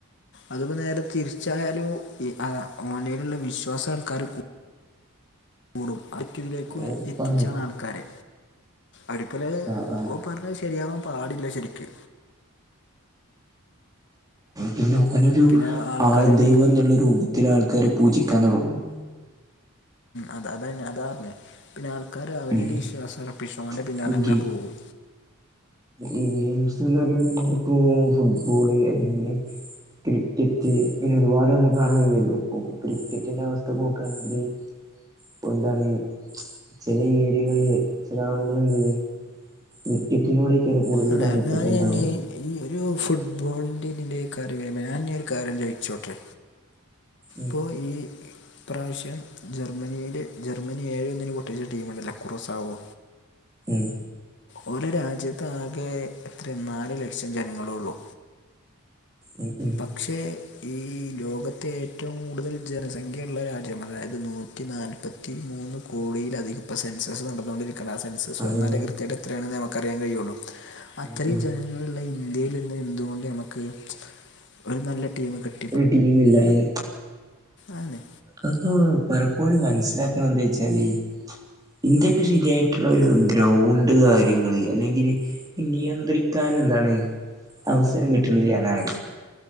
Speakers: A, on the left; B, on the right.
A: അതിപ്പോ നേര തിരിച്ചായാലും ഓൻ്റെലുള്ള വിശ്വാസാൾക്കാർ കൂടും അറ്റതിലേക്ക്
B: ഓപ്പാണേ
A: എത്തിച്ചാണ് ആൾക്കാരെ അടക്കല്
B: ആ ആ
A: പറഞ്ഞത് ശരിയാവാൻ പാടില്ല ശരിക്ക്
B: പിന്നെ ഓനൊരു
A: പിന്നെ ആൾക്കാർക്ക്
B: ആൾ ദൈവൻ ള്ളരൂപത്തിൽ ആൾക്കാര് പൂജിക്കാൻ തുടങ്ങും
A: അത് അതന്നെ അതാറിഞ്ഞേ പിന്നെ ആൾക്കാർ അവനിൽ
B: ഉം
A: വിശ്വാസം അറപ്പിച്ചോണ്ട് പിന്നാലങ്ങനെ
B: ഇപ്പൊ ഗെ
A: പോകും
B: ഈ ഗെയിംസ്ന്ന് പറയുമ്പോപ്പോ ഫുട്ബോള് അല്ലെങ്കില് ക്രിക്കറ്റ്ങ്ങനെ ഒരുപാട് നമുക്ക് കാണാൻ കിയുള്ളു ഇപ്പൊ ക്രിക്കറ്റിന്റെവസ്ഥ നോക്കുണെങ്കില് എന്താണ് ചില ഏരിയകളിൽ ചില ആളുകൾ എന്തയ്യും ക്രിക്കറ്റിനോടായിരിക്കും കൂടുതൽ
A: അല്ല
B: താല്പര്യം
A: ഞാൻ
B: ഉണ്ടാവ
A: ഇനി ഈ ഒരു ഫുട്ബോളിന്റെതിന്റെ കാര്യം വരുമ്പോ ഞാൻ ഒരു കാര്യം ചോയിച്ചോട്ടെ
B: ഉം
A: പ്പോ ഈ പ്രാവശ്യം ജർമ്മനിൽ ജർമ്മനി ഏഴോ ഒന്നിന് പൊട്ടിച്ച ടീംണ്ടല്ല ക്റോസാവോ
B: ഉം
A: ഓലരാജ്യത്താകെ ത്ര നാല് ലക്ഷം ജനങ്ങളള്ളു
B: ഉം ഉം
A: പക്ഷേ ഈ ലോകത്തെറ്റവും കൂടുതൽ ജനസംഖ്യള്ള രാജ്യം അതായത് നൂറ്റി നാല്പ് പത്തിമൂന്ന് കോടിയിലധം ഇപ്പ സെൻസേസ് നടന്നുകൊണ്ടിരിക്കണ ആഹ് സെൻ <unintelligible>
B: അങ്ങനെ
A: കൃത്യയിട്ട് എത്രയാണെന്ന് നമുക്ക് റിയാൻ കഴിയുള്ളൂ അത്രയും
B: ഉം ഉം
A: ജനങ്ങൾ ല്ല ഇന്ത്യയിൽന്ന് എന്തുകൊണ്ട് നമക്ക് ഒരു നല്ല ടീമ് കി
B: ഒരു ടീമില്ലായി
A: ആന്ന്
B: അത് പലപ്പോഴും മനസ്സിലാക്കണന്താച്ചാല് ഇന്ത്യക്ക് ശരിയായിട്ടുള്ള ഒരു ഗ്രൗണ്ട് കാര്യങ്ങള് അല്ലെങ്കിൽ നിയന്ത്രിക്കാൻ എന്താണ് അവസരം കിട്ടണ്ടില്ല്യന്നാണ്